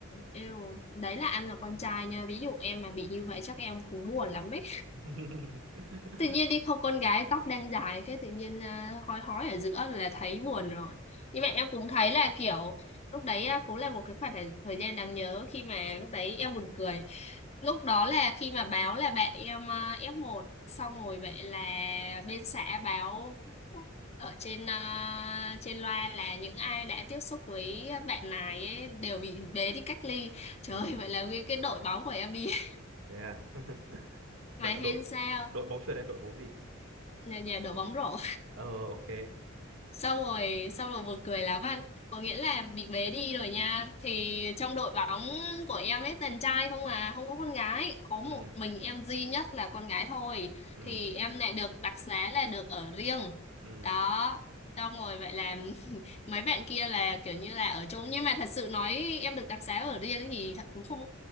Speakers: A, on the left; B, on the right.
A: yêu. Đấy là anh là con trai nha. Ví dụ em mà bị như vậy chắc em cũng buồn lắm ấy
B: <laughs>
A: tự nhiên đi không con gái tóc đang dài cái tự nhiên à, hói hói ở giữa là thấy buồn rồi nhưng mà em cũng thấy là kiểu lúc đấy à, cũng là một cái khoảng thời thời gian đáng nhớ khi mà lúc đấy em buồn cười lúc đó là khi mà báo là bạn em à, F1 xong rồi vậy là bên xã báo ở trên à, trên loa là những ai đã tiếp xúc với bạn này ấy đều bị bế đi cách ly trời
B: ừ
A: ơi, vậy là nguyên cái đội bóng của em đi <laughs>
B: thế à <laughs> đội
A: mà hên
B: đội
A: sao
B: đội bóng chuyền hay đội bóng gì
A: nhà, nhà đội bóng rổ
B: ờ ok
A: sau rồi, xong rồi buồn cười lắm anh. Có nghĩa là bị bế đi rồi nha. Thì trong đội bóng của em ấy toàn trai không à, không có con gái. Có
B: ừ
A: một mình em duy nhất là con gái thôi.
B: ừ
A: Thì em lại được đặc xá là được ở riêng.
B: ừ
A: Đó. Xong rồi vậy là <laughs> mấy bạn kia là kiểu như là ở chung nhưng mà thật sự nói em được đặc xá ở riêng thì thật cũng không